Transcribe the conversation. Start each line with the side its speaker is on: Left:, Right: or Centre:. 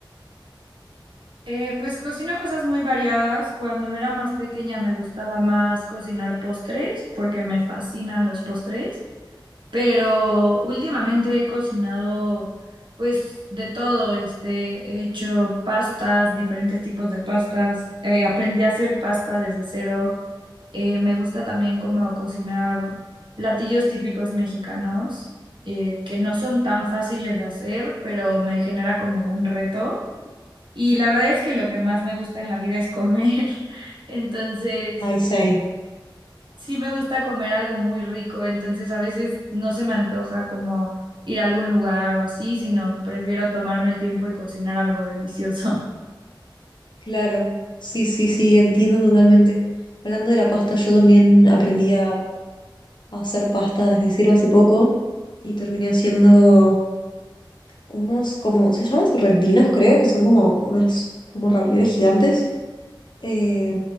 Right: Eh, pues cocino cosas muy variadas. Cuando era más pequeña me gustaba más cocinar postres porque me fascinan los postres. Pero últimamente he cocinado pues de todo, este, he hecho pastas, diferentes tipos de pastas, eh, aprendí a hacer pasta desde cero, Eh, me gusta también como cocinar platillos típicos mexicanos, eh, que no son tan fáciles de hacer, pero me genera como un reto. Y la verdad es que lo que más me gusta en la vida es comer, <laughs> entonces
Left: Ay, same.
Right: sí me gusta comer algo muy rico, entonces a veces no se me antoja como ir a algún lugar o así, sino prefiero tomarme el tiempo y cocinar algo delicioso.
Left: Claro. Sí, sí, sí, entiendo totalmente. Hablando de la pasta, yo también aprendí a a hacer pasta desde cero hace poco y terminé haciendo unos como, se llaman sorrentinos, creo, que son como unas como ravioles gigantes. Eh,